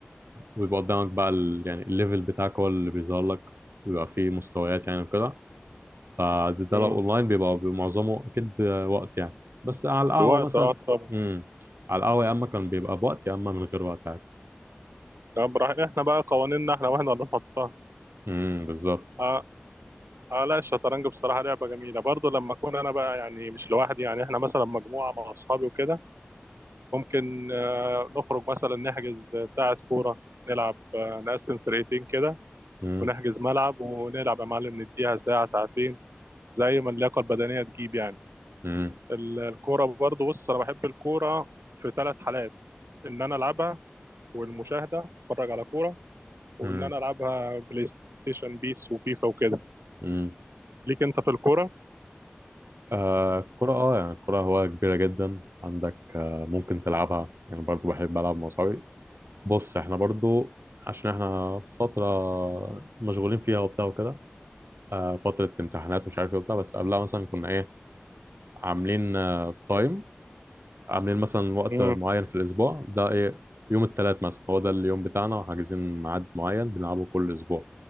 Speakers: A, on the right (about 70°); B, on the right (about 85°).
A: ويبقى قدامك بقى ال... يعني الليفل بتاعك هو اللي بيظهر لك ويبقى فيه مستويات يعني وكده فده ده
B: امم
A: لو اونلاين بيبقى معظمه اكيد وقت يعني بس على القهوه
B: بوقت
A: مثلا
B: اه طبعا
A: امم على القهوه يا اما كان بيبقى بوقت يا اما من غير وقت عادي
B: طب براح- احنا بقى قوانيننا احنا واحنا اللي نحطها
A: امم بالظبط
B: اه اه لا الشطرنج بصراحة لعبة جميلة برضو لما اكون انا بقى يعني مش لوحدي يعني احنا مثلا مجموعة مع اصحابي وكده ممكن آه، نخرج مثلا نحجز ساعة كورة نلعب آه، نقسم فرقتين كده
A: مم.
B: ونحجز ملعب ونلعب يا معلم نديها ساعة ساعتين زي ما اللياقة البدنية تجيب يعني
A: مم.
B: ال- الكورة برضو بص أنا بحب الكورة في ثلاث حالات إن أنا ألعبها والمشاهدة أتفرج على كورة وإن
A: مم.
B: أنا ألعبها بلاي ستيشن بيس وفيفا وكده
A: مم.
B: ليك أنت في الكورة؟
A: آه الكرة اه يعني الكرة هواية كبيرة جدا عندك آه ممكن تلعبها يعني برضو بحب ألعب مع صحابي بص احنا برضو عشان احنا فترة مشغولين فيها وبتاع وكده آه فترة امتحانات ومش عارف ايه وبتاع بس قبلها مثلا كنا ايه عاملين آه تايم عاملين مثلا وقت
B: امم
A: معين في الأسبوع ده ايه يوم التلات مثلا هو ده اليوم بتاعنا وحاجزين ميعاد معين بنلعبه كل أسبوع